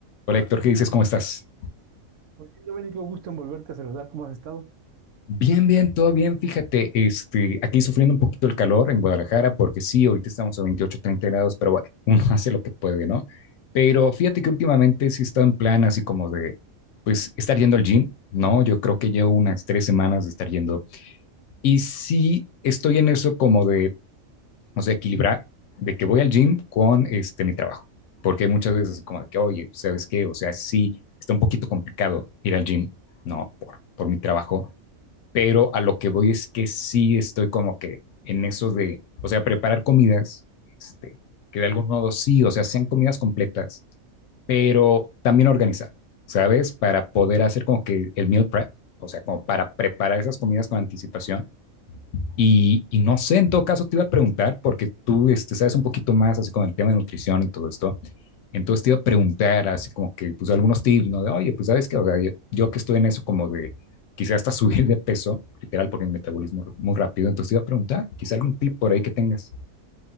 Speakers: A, on the left (about 70°); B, on the right (about 70°).
A: Hola Héctor, ¿qué dices? ¿Cómo estás?
B: Muy bien, Domenico, gusto en volverte a saludar. ¿Cómo has estado?
A: Bien, bien, todo bien. Fíjate, este, aquí sufriendo un poquito el calor en Guadalajara, porque sí, ahorita estamos a 28, 30 grados, pero bueno, uno <laughs> hace lo que puede, ¿no? Pero fíjate que últimamente sí he estado en plan así como de, pues, estar yendo al gym, ¿no? Yo creo que llevo unas tres semanas de estar yendo. Y sí estoy en eso como de, o sea, equilibrar, de que voy al gym con, este, mi trabajo. Porque hay muchas veces así como de que, oye, ¿sabes qué? O sea, sí, está un poquito complicado ir al gym, ¿no? Por, por mi trabajo pero a lo que voy es que sí estoy como que en eso de, o sea, preparar comidas, este, que de algún modo sí, o sea, sean comidas completas, pero también organizar, ¿sabes? Para poder hacer como que el meal prep, o sea, como para preparar esas comidas con anticipación y, y, no sé, en todo caso te iba a preguntar, porque tú este, sabes un poquito más así con el tema de nutrición y todo esto. Entonces te iba a preguntar así como que, pues algunos tips, ¿no? De, oye, pues sabes que, o sea, yo, yo, que estoy en eso como de, quizás hasta <laughs> subir de peso, literal, porque el metabolismo es muy rápido. Entonces te iba a preguntar, quizá algún tip por ahí que tengas.